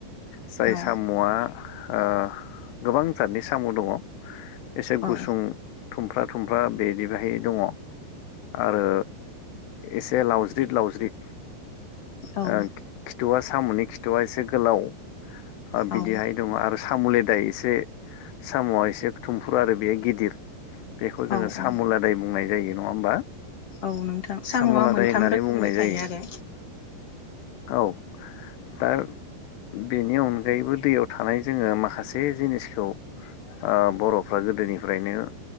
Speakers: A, on the left (about 80°); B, on the left (about 40°).
A: जाय
B: औ
A: साम'आ ओ गोबां सादनि साम' दङ एसे
B: औ
A: गुसुं थुमफ्र्रा थुमफ्रा बिदि बाहाय दङ आरो एसे लावज्रिद लावज्रिद
B: औ
A: ओ खिथु'वा साम'नि खिथुआ एसे गोलाव ओ बिदिहाय
B: औ
A: दङ आरो साम'लेदाय एसे साम'आ एसे थुमफुर आरो बेयो गिदिर। बेखौ जोङो
B: औ
A: सामुलादाय
B: औ
A: बुंनाय जायो नङा होमबा?
B: औ नोंथां साम'आ
A: साम' लादाय
B: मोनथाम
A: होननानै
B: रोखोमनि
A: बुंनाय जायो
B: थायो आरो
A: औ दा बेनि अनगायैबो दैयाव थानाय जोङो माखासे जिनिसखौ ओ बर'फ्रा गोदोनिफ्रायनो